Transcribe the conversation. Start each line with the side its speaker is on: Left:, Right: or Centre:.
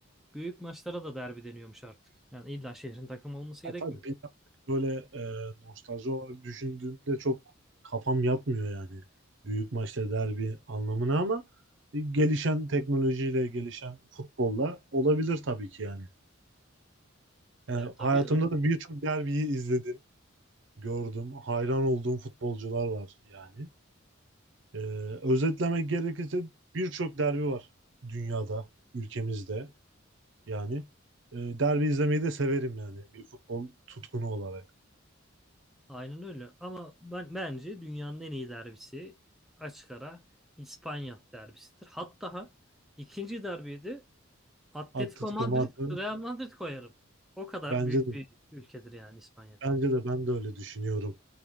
Centre: Büyük maçlara da derbi deniyormuş artık. Yani illa şehrin takımı olması gerekmiyor.
Right: Ya tabii bir yandan böyle e, nostalji olarak düşündüğümde çok kafam yatmıyor yani. Büyük maçta derbi anlamına ama e, gelişen teknolojiyle, gelişen futbolla olabilir tabii ki yani. Yani
Centre: Yani tabii
Right: hayatımda
Centre: canım.
Right: da birçok derbiyi izledim, gördüm, hayran olduğum futbolcular var yani. E, özetlemek gerekirse birçok derbi var dünyada, ülkemizde yani. E, derbi izlemeyi de severim yani bir futbol tutkunu olarak.
Centre: Aynen öyle. Ama ben bence dünyanın en iyi derbisi açık ara İspanya derbisidir. Hatta ikinci derbiyi de. Atletico
Right: Atletico
Centre: Madrid,
Right: Madrid
Centre: Real Madrid koyarım. O kadar
Right: Bence
Centre: büyük
Right: de
Centre: bir ülkedir yani İspanya.
Right: bence de ben de öyle düşünüyorum.